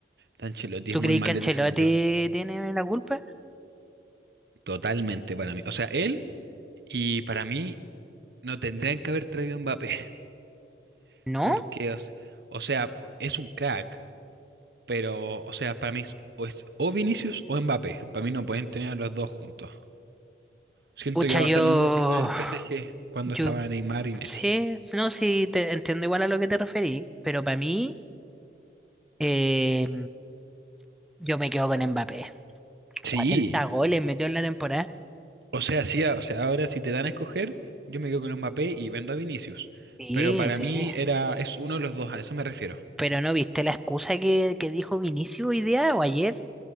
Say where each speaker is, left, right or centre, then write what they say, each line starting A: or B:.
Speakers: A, on the right; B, in the centre.
A: Ancelotti
B: ¿Tú
A: es muy
B: crees
A: mal
B: que Ancelotti
A: DT según yo.
B: tiene la culpa?
A: Totalmente para mí. O sea, él y para mí no tendrían que haber traído a Mbappé. <laughs>
B: ¿No?
A: Porque, o, s- o sea, es un crack. Pero, o sea, para mí es o, es o Vinicius o Mbappé. Para mí no pueden tener a los dos juntos. Siento
B: Pucha,
A: que va
B: yo,
A: a pasar lo mismo que con el PSG cuando
B: yo
A: estaba Neymar y Messi.
B: Sí, no, sí, te entiendo igual a lo que te referí, pero para mí Eh, yo me quedo con Mbappé.
A: Sí,
B: cuarenta goles metió en la temporada.
A: o sea, sí, a- o sea, ahora si te dan a escoger, yo me quedo con Mbappé y vendo a Vinicius.
B: Sí,
A: Pero para
B: sí.
A: mí era, es uno de los dos, a eso me refiero.
B: Pero ¿no viste la excusa que, que dijo Vinicius hoy día o ayer?